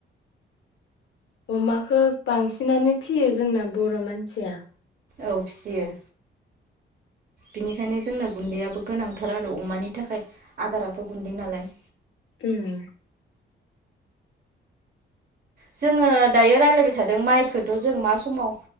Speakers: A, on the left; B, on the right.
A: अमाखो बांसिनानो फियो जोंना बर' मानसिया।
B: औ फियो। बिनिखायनो जोंना गुन्दैयाबो गोनांथार आरो अमानि थाखाय आदाराथ' गुन्दै नालाय।
A: ओम।
B: जोङो दायो रायलायबाय थादों माइखोथ' जों मा समाव